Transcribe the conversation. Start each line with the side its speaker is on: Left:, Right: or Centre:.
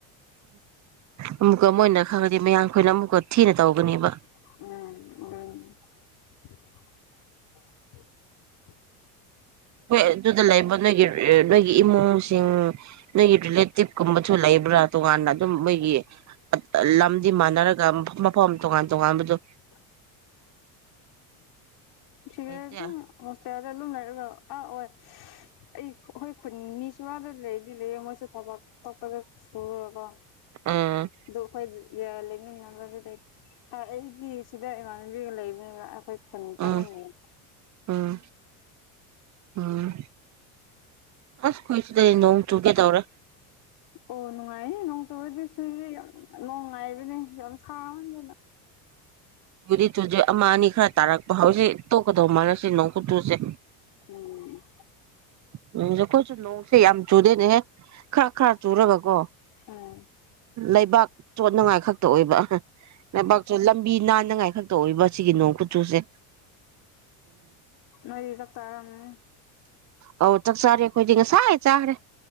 Right: ꯑꯃꯨꯛꯀ ꯃꯣꯏꯅ ꯈꯪꯉꯗꯤ ꯃꯌꯥꯝꯈꯣꯏꯅ ꯑꯃꯨꯛꯀ ꯊꯤꯅ ꯇꯧꯒꯅꯦꯕ
Left: ꯎꯝ ꯎ
Right: ꯑꯗꯨꯗꯨꯗꯂꯕꯟꯒꯦꯔ ꯅꯣꯏꯒꯤ ꯏꯃꯨꯡꯁꯤꯡ ꯅꯣꯏꯒꯤ ꯔꯤꯂꯦꯇꯤꯞ ꯀꯨꯝꯕꯁꯨ ꯂꯩꯕ꯭ꯔꯥ ꯇꯣꯉꯥꯟꯅ ꯑꯗꯨꯝ ꯃꯣꯏꯒꯤ ꯂꯝꯗꯤ ꯃꯥꯟꯅꯔꯒ ꯃꯐꯝ ꯇꯣꯉꯥꯟ ꯇꯣꯉꯥꯟꯕꯗꯨ
Left: ꯎ ꯁꯤꯠꯇ
Right: ꯂꯩꯇꯦ
Left: ꯍꯁꯦ ꯌꯥ ꯑ ꯂꯨꯝꯅꯔ ꯑꯥ ꯑꯣꯏ ꯑꯩ ꯑꯩꯈꯣꯏ ꯈꯨꯟ ꯃꯤꯁꯨ ꯋꯥꯗ ꯂꯩꯗꯤ ꯂꯩꯌꯦꯦ ꯃꯣꯏꯁꯨ ꯊꯕꯛ ꯇꯄꯗ ꯁꯨꯔꯒ
Right: ꯎꯝ
Left: ꯑꯗꯨ ꯑꯩꯈꯣꯏ ꯌꯥ ꯂꯩꯃꯤꯟꯅꯅꯕꯒꯤ ꯂꯩꯇ ꯑꯩꯗꯤ ꯁꯤꯗ ꯏꯃꯥꯟꯅꯕꯤꯒ ꯂꯩꯕꯅꯦꯕ ꯑꯩꯈꯣꯏ ꯈ
Right: ꯎꯝ
Left: ꯆꯃꯅꯤꯅꯦ
Right: ꯎꯝ ꯎꯝ ꯑꯁ ꯀꯣꯏꯁꯨꯗ ꯅꯣꯡ ꯆꯨꯒꯦ ꯇꯧꯔꯦ
Left: ꯑꯣ ꯅꯨꯡꯉꯥꯏꯌꯦ ꯅꯣꯡ ꯆꯕꯩꯗꯤ ꯁꯨꯏꯗꯦ ꯅꯣꯡꯉꯥꯏꯕꯅꯦ ꯌꯥꯝ ꯁꯥ ꯗꯅ
Right: ꯆꯨꯗꯤ ꯆꯨꯖꯤꯦ ꯑꯃ ꯑꯅꯤ ꯈꯔ ꯇꯥꯔꯛꯄ ꯍꯧꯥꯎꯁꯤ ꯇꯣꯛꯀꯗꯧ ꯃꯥꯜꯂ ꯁꯤ ꯅꯣꯡꯀꯨ ꯆꯨꯁꯦ
Left: ꯎꯝ
Right: ꯎꯝ ꯑꯩꯈꯣꯏꯁꯨ ꯅꯣꯡꯁꯦ ꯌꯥꯝ ꯆꯨꯗꯦꯅꯦꯍꯦ ꯈꯔ ꯈꯔ ꯆꯔꯕ ꯀꯣ
Left: ꯎꯝ
Right: ꯂꯩꯕꯥꯛ ꯆꯣꯠꯅꯉꯥꯏ ꯈꯛꯇ ꯑꯣꯏꯕ ꯂꯩꯕꯥꯛꯇ‌ꯦ ꯂꯝꯕꯤ ꯅꯥꯟꯅꯉꯥꯏ ꯈꯛꯇ ꯑꯣꯏꯕ ꯁꯤꯒꯤ ꯅꯣꯡ ꯀꯨꯆꯨꯁꯦ
Left: ꯅꫭꯏꯗꯤ ꯆꯥꯛ ꯆꯔꯝꯃꯅꯤ
Right: ꯑꯧ ꯆꯥꯛ ꯆꯥꯔꯦ ꯑꯈꯣꯏꯗꯤ ꯁꯥꯏ ꯆꯥꯈꯔ‌ꯦ